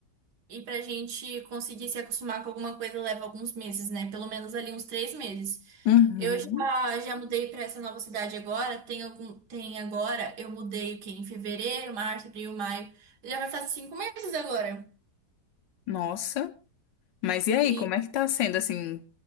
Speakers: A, on the right; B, on the left.
A: E pra gente conseguir se acostumar com alguma coisa leva alguns meses, né? Pelo menos ali uns três meses.
B: Uhum.
A: Eu já, já mudei pra essa nova cidade agora. Tem algum, tem agora, eu mudei o quê? Em fevereiro, março, abril, maio. Já vai fazer cinco meses agora.
B: Nossa. Mas e aí,
A: E
B: como é que tá sendo assim,